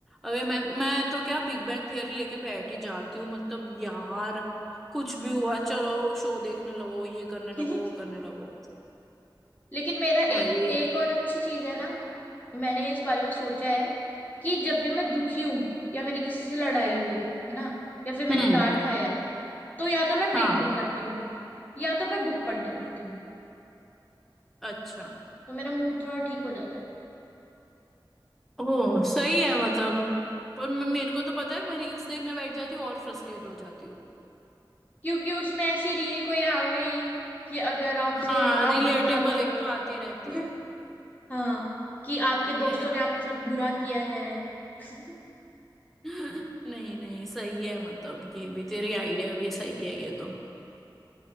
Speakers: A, in the centre; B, on the left.
A: अभी मैं मैं तो क्या बिग बैंग थियरी लेके बैठ ही जाती हूँ मतलब यार कुछ भी हुआ चलो शो देखने लगो ये करने लगो
B: उठा <laughs>
A: वो करने लगो
B: लेकिन मेरा
A: भाई
B: एक एक और अच्छी चीज है ना मैंने इस बारे में सोचा है कि जब भी मैं दुखी हूं या मेरी किसी से लड़ाई हुई है है ना या फिर मैंने
A: हम्म
B: डांट खाया है तो या तो मैं पेंटिंग
A: हाँ
B: करती हूँ या तो मैं बुक पढ़ने लगती हूँ
A: अच्छा
B: तो मेरा मूड थोड़ा ठीक हो जाता है
A: ओह सही है मतलब पर मे- मेरे को तो पता है मैं रील्स देखने बैठ जाती हूँ और फ्रस्ट्रेट हो जाती हूँ
B: क्योंकि उसमें ऐसी रील कोई आ गई कि अगर आपसे
A: हाँ
B: आप
A: रिलेटेबल
B: बदला लो
A: एक तो आती रहती
B: <laughs>
A: है
B: हाँ कि
A: सही
B: आपके दोस्तों
A: है यार
B: ने आपके साथ बुरा किया है <laughs>
A: <laughs> नहीं नहीं सही है मतलब ये भी तेरी आइडिया भी सही है ये तो